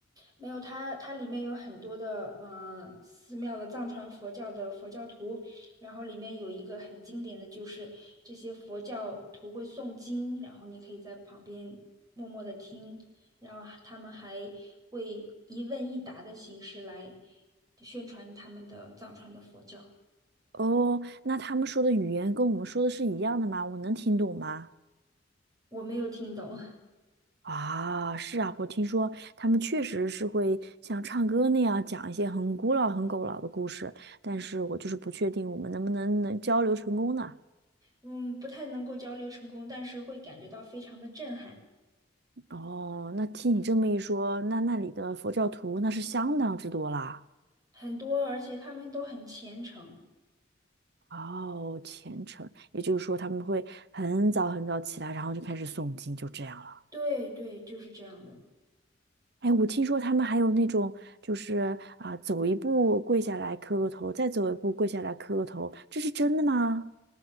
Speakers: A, on the right (about 20°); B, on the right (about 65°).
A: 没有它，它里面有很多的呃寺庙的藏传佛教的佛教徒，然后里面有一个很经典的就是这些佛教徒会诵经，然后你可以在旁边默默的听，然后他们还会一问一答的形式来宣传他们的藏传的佛教。
B: 哦，那他们说的语言跟我们说的是一样的吗？我能听懂吗？
A: 我没有听懂。
B: 啊，是啊，我听说他们确实是会像唱歌那样讲一些很古老、很古老的故事，但是我就是不确定我们能不能能交流成功呢？
A: 嗯，不太能够交流成功，但是会感觉到非常的震撼，
B: 哦，那听你这么一说，那那里的佛教徒那是相当之多啦。
A: 很多，而且他们都很虔诚。
B: 哦，虔诚，也就是说他们会很早很早起来，然后就开始诵经，就这样了。
A: 对对，就是这样的。
B: 哎，我听说他们还有那种，就是啊、走一步跪下来磕个头，再走一步跪下来磕个头，这是真的吗？